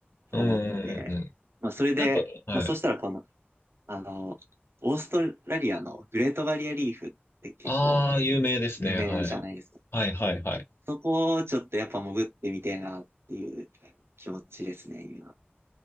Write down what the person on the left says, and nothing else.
うんうんうんうん。
なんか、はい。
ああ、有名ですね。
はい。はいはいはい。